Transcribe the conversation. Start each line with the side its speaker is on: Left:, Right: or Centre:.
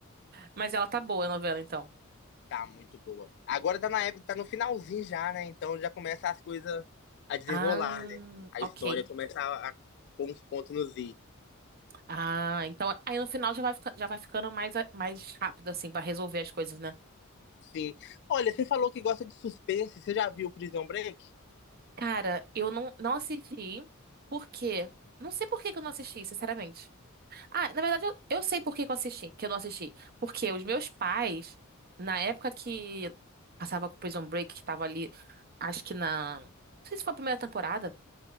Right: Mas ela tá boa, a novela, então.
Left: Tá muito boa. Agora tá na época, tá no finalzinho já, né? Então já começa as coisas a desenrolar,
Right: Ah,
Left: né? A
Right: ok.
Left: história começa a, a pôr uns pontos nos i.
Right: Ah, então aí no final já vai, fica- já vai ficando mais, a- mais rápido, assim, pra resolver as coisas, né?
Left: Sim. Olha, você falou que gosta de suspense. Você já viu Prison Break?
Right: Cara, eu não, não assisti, porque. Não sei por que que eu não assisti, sinceramente. Ah, na verdade, eu, eu sei por que que eu assisti, que eu não assisti. Porque os meus pais, na época que passava com Prison Break, que tava ali, acho que na. Não sei se foi a primeira temporada,